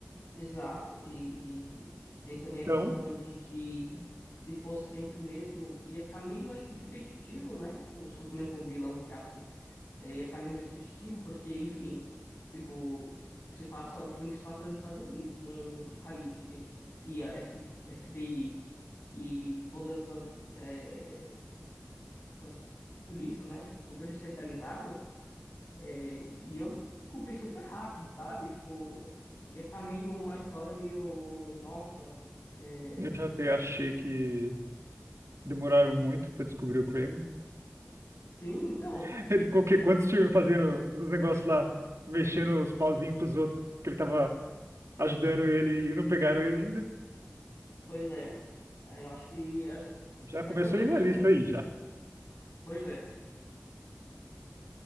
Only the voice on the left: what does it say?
exato. E tem também a questão
de que se fosse sempre o mesmo, ia ficar meio, acho que repetitivo, né? Tipo, se fosse o mesmo vilão, entre aspas, né? É, ia ficar meio repetitivo, porque, enfim, tipo, se passa o filme que se passa nos Estados Unidos, um país que tem, tipo, CIA, F- FBI e todas essas, é, essas polícias, né? Tipo, super especializadas. É, e eu descobri super rápido, sabe? Tipo, ia ficar meio uma história meio, nossa, é,
sim, então,
pois é. Aí eu acho que, acho que,
mas
também
tem aquela,
pois é,